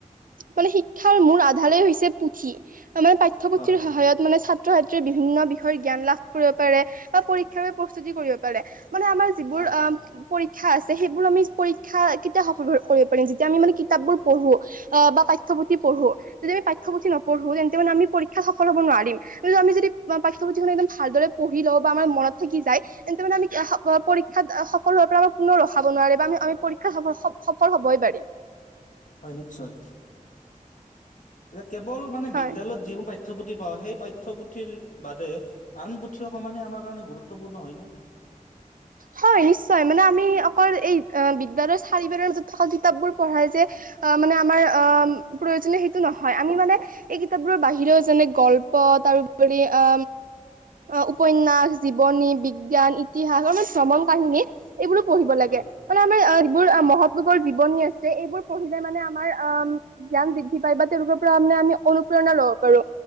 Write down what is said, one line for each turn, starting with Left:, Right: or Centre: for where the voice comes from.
Right: মানে শিক্ষাৰ মূল আধাৰেই হৈছে পুথি, আমাৰ পাঠ্যপুথিৰ
Left: হয়
Right: সহায়ত মানে ছাত ছাত্ৰ ছাত্ৰীৰ বিভিন্ন বিষয়ত জ্ঞান লাভ কৰিব পাৰে বা পৰীক্ষাৰ প্ৰস্তুতি কৰিব পাৰে মানে আমাৰ যিবোৰ
Left: হয়
Right: আ পৰীক্ষা আছে সেইবোৰ আমি পৰীক্ষা কেতিয়া সফল কৰিব পাৰিম যেতিয়া আমি মে কিতাপবোৰ পঢ়ো অ' বা পাঠ্যপুথি পঢ়ো যদি আমি পাঠ্যপুথি নপঢ়ো তেন্তে মানে আমি পৰীক্ষাত সফল হ'ব নোৱাৰিম। কিন্তু আমি যদি পাঠ্যপুথি একদম ভালদৰে পঢ়ি লওঁ বা আমাৰ মনত থাকি যায় তেন্ত মানে আমি স পৰীক্ষাত সফল হোৱাৰ পৰা আমাৰ কোনেও ৰখাব নোৱাৰে বা আমি আমি পৰীক্ষা সফল হ'বই পাৰিম।
Left: হয় নিশ্চয়। এতিয়া কেৱল মানে
Right: হয়।
Left: বিদ্যালয়ত যিবোৰ পাই পাঠ্যপুথি পাওঁ সেই পাঠ্যপুথিৰ বাদে আন পুথিও সমানে আমাৰ কাৰণে গুৰুত্বপূৰ্ণ হয়নে?
Right: হয় নিশ্চয়, মানে আমি অকল এই বিদ্যালৰ চাৰিবেৰ মাজত থকা কিতাপবোৰ পঢ়াই যে আ, মানে আমাৰ আ, প্ৰয়োজনীয় সেইটো নহয় আমি মানে এই কিতাপবোৰৰ বাহিৰেও যেনে গল্প তাৰোপৰি আ অ' উপন্যাস, জীৱনী, বিজ্ঞান, ইতিহাস আহ, মানে ভ্ৰমণ কাহিনী এইবোৰো পঢ়িব লাগে।
Left: হয়
Right: মানে আমাৰ আ, যিবোৰ মহৎ লোকৰ জীৱনী আছে এইবোৰ পঢ়িলে মানে আমাৰ আ জ্ঞান বৃদ্ধি পাই বা তেওঁলোকৰ পৰা মানে আমি অনুপ্ৰেৰণা ল'ব পাৰোঁ।